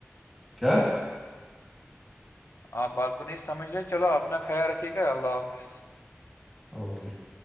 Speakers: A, in the centre; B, on the left (about 65°).
A: کیا
B: آپ آپ کو نہیں سمجھ رہے چلو اپنا خیال رکھیے گا اللہ حافظ
A: اوکے <unintelligible>